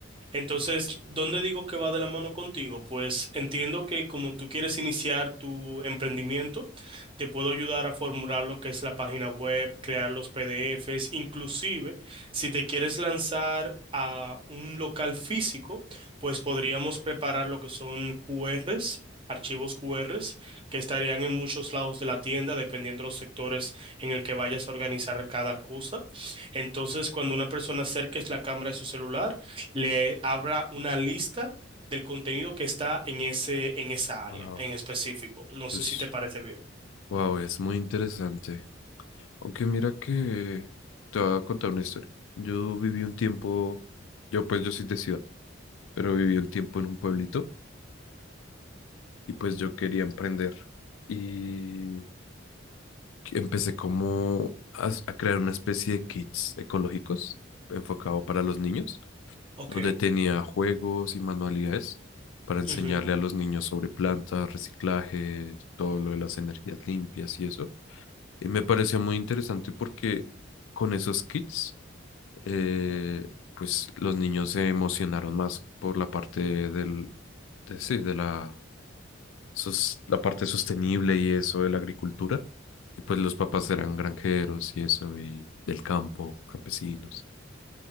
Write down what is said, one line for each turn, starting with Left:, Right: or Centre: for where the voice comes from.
Right: Entonces, ¿dónde digo que va de la mano contigo? Pues entiendo que como tú quieres iniciar tu emprendimiento, te puedo ayudar a formular lo que es la página web, crear los PDFs, inclusive si te quieres lanzar a un local físico, pues podríamos preparar lo que son QRs. archivos QRs que estarían en muchos lados de la tienda, dependiendo de los sectores en el que vayas a organizar cada cosa. Entonces, cuando una persona acerque la cámara de su celular, le abra una lista del contenido que está en ese, en esa área
Left: Wow.
Right: en específico. No
Left: Pues,
Right: sé si te parece bien.
Left: wow, es muy interesante. Aunque mira que te voy a contar una historia. Yo viví un tiempo, yo pues yo soy de ciudad, pero viví un tiempo en un pueblito y pues yo quería emprender. Y empecé como a, s- a crear una especie de kits ecológicos enfocado para los niños,
Right: Ok.
Left: donde tenía juegos y manualidades para enseñarle
Right: Ujú.
Left: a los niños sobre plantas, reciclaje, todo lo de las energías limpias y eso. Y me pareció muy interesante porque con esos kits, eh, pues los niños se emocionaron más por la parte del, de, sí, de la sos- la parte sostenible y eso de la agricultura. Y pues los papás eran granjeros y eso, y del campo, campesinos.